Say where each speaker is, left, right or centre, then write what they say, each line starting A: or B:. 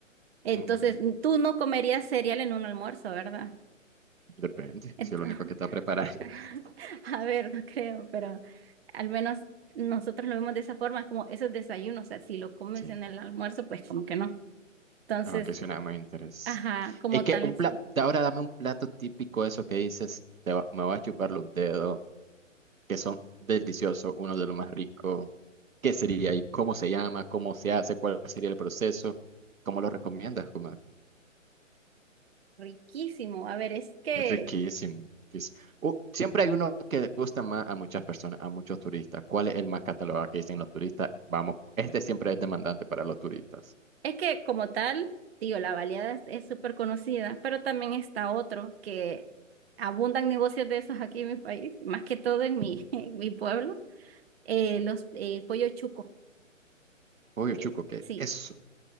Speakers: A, on the right; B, on the right.
A: Entonces,
B: Mm,
A: tú no comerías cereal en un almuerzo, ¿verdad?
B: depende,
A: Ento-
B: si el único que está preparado.
A: <laughs>
B: <laughs>
A: a ver, no creo, pero al menos nosotros lo vemos de esa forma, como eso es desayuno, o sea, si lo comes
B: Sí,
A: en el almuerzo, pues como que no. Entonces,
B: ah, que suena más interesante.
A: ajá, como
B: Es que
A: tal
B: un
A: es
B: plato, ahora dame un plato típico, eso que dices, te va- me va a chupar los dedos, que son deliciosos, uno de los más ricos. ¿Qué sería y cómo se llama? ¿Cómo se hace? ¿Cuál sería el proceso? ¿Cómo lo recomiendas, Kumar?
A: riquísimo. A ver, es que
B: Es riquísimo. riquísimo. Uh, siempre hay uno que gusta más a muchas personas, a muchos turistas. ¿Cuál es el más catalogado que dicen los turistas? Vamos, este siempre es demandante para los turistas.
A: Es que como tal, digo, la baleada es es súper conocida, pero también está otro que abundan negocios de esos aquí en mi país, más que todo en mi,
B: Ujú.
A: <laughs> en mi pueblo, eh, los, eh, el pollo chuco.
B: Pollo
A: eh,
B: chuco, ¿qué
A: sí,
B: es eso?